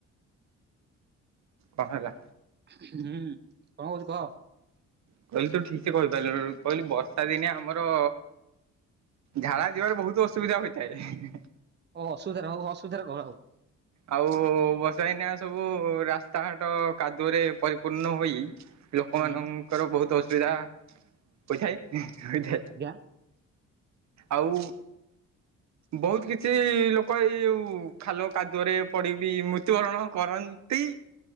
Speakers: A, on the right; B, on the right.
A: କଁ ହେଲା?
B: ହୁଁ କଣ କହୁଚୁ କୁହ।
A: ମୁଁ କହିଲି ତୁ ଠିକ ସେ କହିପାରିଲୁ ନି କହିଲି ବର୍ଷା ଦିନେ ଆମର ଝାଡା ଯିବାରେ ବହୁତ ଅସୁବିଧା ହୋଇଥାଏ।
B: ଅସୁବିଧା ହଉ ଅସୁବିଧା କଣ ଆଉ।
A: ଆଉ ବର୍ଷା ଦିନିଆ ସବୁ ରାସ୍ତାଘାଟ କାଦୁଅରେ ପରିପୂର୍ଣ୍ଣ ହୋଇ ଲୋକମାନାନଙ୍କର
B: ହୁଁ
A: ବହୁତ ଅସୁବିଧା ହୋଇଥାଏ ହୋଇଥାଏ।
B: ଆଜ୍ଞା।
A: ଆଉ ବହୁତୁ କିଛି ଲୋକ ଏଇ ଯଉ ଖାଲ କାଦୁଅରେ ପଡ଼ିବି ମୃତ୍ୟୁବରଣ କରନ୍ତି।